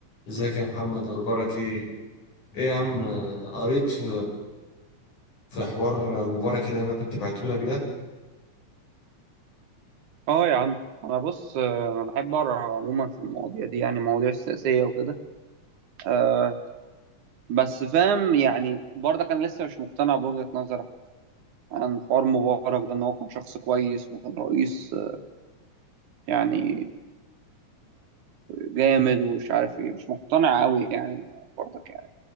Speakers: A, on the left; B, on the right.
A: ازيك يا محمد اخبارك ايه ايه يا عم آه، قريت في في حوار مبارك اللي انا كنت بعته لك ده
B: اه يا عم انا بص آه، انا بحب اقرا عموما في المواضيع دي يعني مواضيع السياسيه وكده أه بس فاهم يعني برضه كان لسه مش مقتنع بوجهه نظرك عن حوار مبارك ده ان هو كان شخص كويس وكان رئيس آه، يعني جامد ومش عارف ايه مش مقتنع قوي يعني برضك يعني